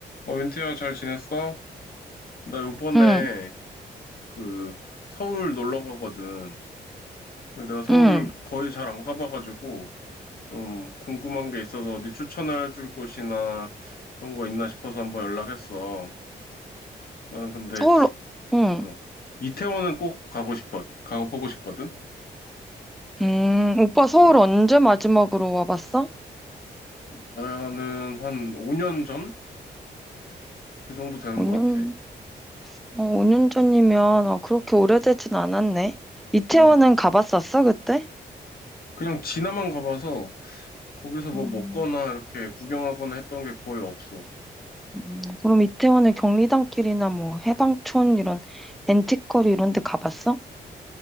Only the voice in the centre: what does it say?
응,
응.
서울, 응.
음, 오빠 서울
언제 마지막으로 와봤어?
5년,
어, 오 년 전이면, 어, 그렇게 오래되진 않았네. 이태원은
가봤었어, 그때?
음,
음, 그럼 이태원의 경리단길이나 뭐, 해방촌 이런, 앤틱거리 이런 데 가봤어?